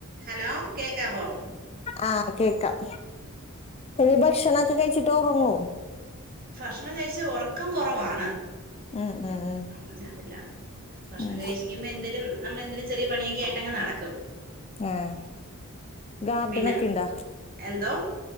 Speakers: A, on the right (about 40°); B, on the left (about 25°).
A: Hello കേക്കാവോ
B: ആഹ് കേക്കാം ഇനി ഭക്ഷണംക്കെ കഴിച്ചിട്ട് ഉറങ്ങൂ
A: ഭക്ഷണം കഴിച്ച ഉറക്കം കുറവാണ്
B: ഉം ഉം ഉം
A: ഉറങ്ങാറില്ല ഭക്ഷണം
B: ഉം
A: കഴശിക്കുമ്പോ എന്തേലും നമ്മള എന്തേലും ചെറിയ പണിയൊക്കൊയിട്ട് അങ് നടക്കും
B: ആഹ ഗാർഡനൊക്കെ
A: പിന്നെ
B: ണ്ടോ
A: എന്തോ